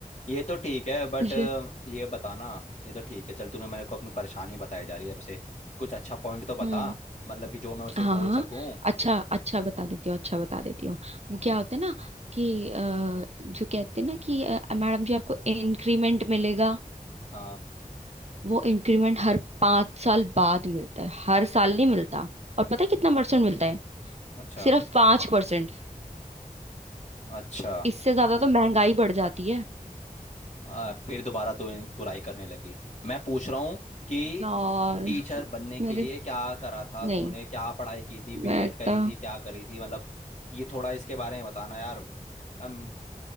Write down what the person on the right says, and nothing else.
मुझे
हम्म
हाँ
हाँ
अच्छा अच्छा बता देती हूँ अच्छा बता देती हूँ वो
क्या होता है ना कि अ, जो कहते हैं ना कि अ, मैडम जी आपको इंक्रीमेंट मिलेगा
वो इंक्रीमेंट हर पांच साल बाद मिलता है हर साल नहीं मिलता और पता है कितना परसेंट मिलता है
सिर्फ पांच परसेंट
इससे ज्यादा तो महंगाई बढ़ जाती है
यार
मेरे
नहीं
मैं इतना